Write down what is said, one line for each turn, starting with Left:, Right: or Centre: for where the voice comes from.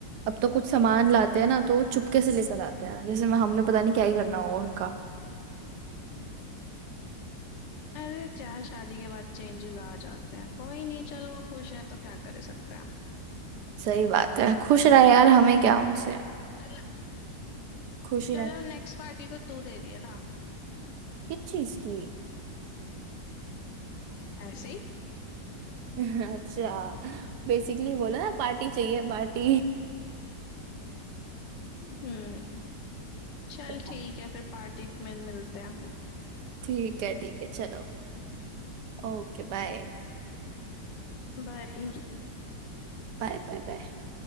Right: अब तो कुछ सामान लाते हैं ना तो वो चुपके से लेकर आते हैं जैसे मैं हमने पता नहीं क्या ही करना होगा उनका
Left: अरे चाहे शादी के बाद चेंजेस आ जाते हैं कोई नहीं चल वो खुश है तो क्या कर सकते हैं
Right: सही बात है खुश रहे यार हमें क्या उनसे
Left: चल
Right: खुशी
Left: चल
Right: रह
Left: अब नेक्स्ट पार्टी तो तू दे रही है ना
Right: किस चीज की
Left: ऐसे ही
Right: <laughs> अच्छा बेसिकली बोलो ना पार्टी चाहिए पार्टी
Left: हम्म चल
Right: <laughs>
Left: ठीक है फिर पार्टी में मिलते हैं
Right: ठीक है ठीक है चलो Okay bye
Left: बाय
Right: Bye bye bye